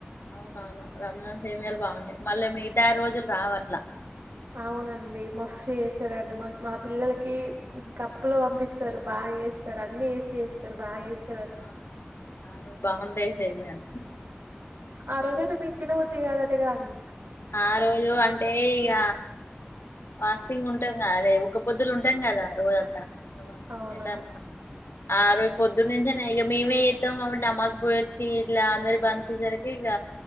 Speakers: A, on the left; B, on the right.
A: అవునవును రంజాన్ సేమియాలు బాగుంటాయి మళ్ళీ మిగతా రోజులు రావట్ల
B: అవునండి మస చెస్సారండి మా పిల్లలకి కప్పులు పంపిస్తారు బాగా చేస్తారు అన్ని వేసి చేస్తారు బాగా వేస్తారు
A: అవునువు ఆ రోజు బాగుంటాయి సేమియాలు
B: ఆ రోజ అంటటు మీకు తినవద్దిగాదటుగాండి
A: ఆ రోజు అంటే ఇక వా సింగ్ ఉంటాం క అదే ఒక పొద్దులు ఉంటాం కదా రోజంతా
B: అవును
A: నెలంతా ఆ రోపు పొద్దున్న నుంచేనే ఇక మేమే చేస్తాం కాబట్టి అమ్మాజ్ పోయొచ్చి ఇట్లా అందరి బందేసరికి ఇక